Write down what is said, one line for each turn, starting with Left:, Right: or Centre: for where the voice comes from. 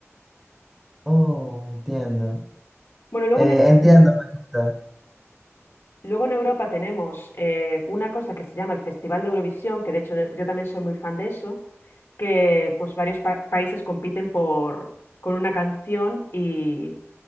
Centre: Oh, entiendo.
Left: Bueno, luego
Centre: Eh,
Left: en, es-
Centre: entiendo, me gusta.
Left: luego en Europa tenemos eh, una cosa que se llama el Festival de Eurovisión, que de hecho yo también soy muy fan de eso, que pues varios pa- países compiten por, con una canción y